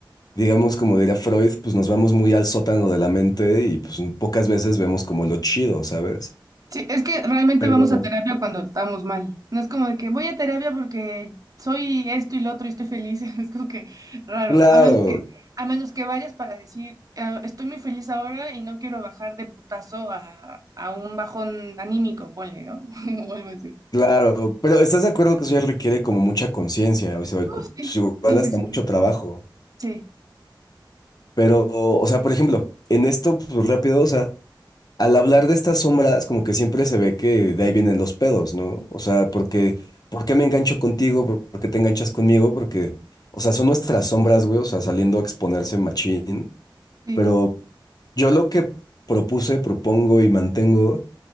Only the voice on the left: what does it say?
digamos, como diría Freud, pues nos vamos muy al sótano de la mente y pues pocas veces vemos como lo chido, ¿sabes?
Pero
Claro,
claro, pero ¿estás de acuerdo que eso ya requiere como mucha conciencia? O sea,
cu-
pues igual
hasta
mucho trabajo.
Pero, o sea, por ejemplo, en esto, pues rápido, o sea, al hablar de estas sombras, como que siempre se ve que de ahí vienen los pedos, ¿no? O sea, porque, ¿por qué me engancho contigo? ¿Por por qué te enganchas conmigo? Porque, o sea, son nuestras sombras, güey, o sea, saliendo a exponerse machín,
pero Yo lo que propuse, propongo y mantengo